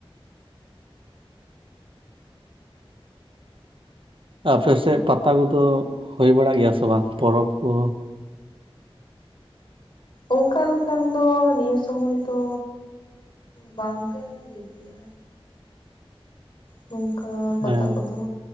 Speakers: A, on the right (about 60°); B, on the left (about 55°).
A: ᱟᱯᱮᱥᱮᱫ ᱯᱟᱛᱟ ᱠᱚᱫᱚ ᱦᱩᱭ ᱵᱟᱲᱟᱜ ᱜᱮᱭᱟ ᱥᱮ ᱵᱟᱝ ᱯᱚᱨᱚᱵᱽ ᱠᱚ?
B: ᱚᱱᱠᱟ ᱞᱮᱠᱟᱱ ᱫᱚ ᱱᱤᱭᱟᱹ ᱥᱚᱢᱚᱭ ᱫᱚ ᱵᱟᱝᱜᱮ ᱦᱩᱭᱩᱜ ᱜᱮᱭᱟ᱾ ᱱᱚᱝᱠᱟ ᱯᱟᱛᱟ
A: ᱦᱮᱸ
B: ᱠᱚᱫᱚ